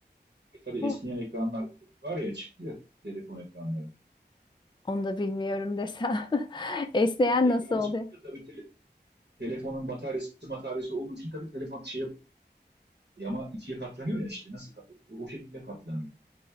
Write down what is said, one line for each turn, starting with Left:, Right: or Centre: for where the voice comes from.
Right: E, tabii
Left: Oh,
Right: esneyen ekranlar var ya çıktı ya telefon ekranları.
Left: onu da bilmiyorum desem. <laughs> Esneyen
Right: Ya, ekran
Left: nasıl oluyor?
Right: çıktı da tabii tele- telefonun bataryası bataryası olduğu için tabii telefon şey yap e, ama ikiye katlanıyor ya işte nasıl kat- o, o şekilde katlanıyor.